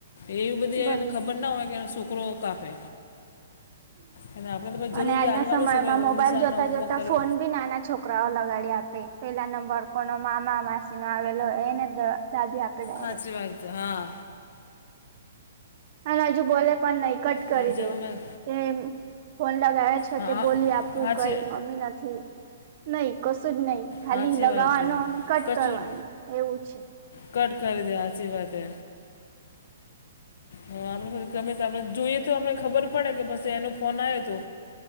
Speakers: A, on the left (about 55°); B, on the right (about 40°).
A: એવી બધી
B: બધું
A: એને ખબર ના હોય કે એનો શોકરો કાપે એ આપડે પછી તો. જરૂરી
B: અને આજના
A: હાલવાનું
B: સમયમાં
A: શું હોય
B: મોબાઈલ
A: નિશાળના
B: જોતા-જોતા
A: હોમવર્ક કરે
B: ફોન બી નાના છોક છોકરાઓ લગાડી આપે પેલા નંબર કોનો મામા માસીનો આવેલો એને દાબી આપે ડાયરેક્ટ
A: હાચી વાત છે હા.
B: અન હજુ બોલે પણ નહી કટ કરી
A: અને જવામાં
B: દે એ. ફોન લગાવે છે
A: હા
B: કે
A: હા
B: બોલી આપવું
A: સાચી
B: કઈ મમ્મી નથી. નઈ કશું જ નહી ખાલી
A: સાચી
B: લગાવવાનો
A: વાત છે
B: અને કટ
A: કશું
B: કરવાનો એવું છે.
A: કટ કરી દે હાચી વાતે. હ આપડે ગમે આપડે જોઈએ તો આપડે ખબર પડે કે પછી એનો ફોન આયો તો.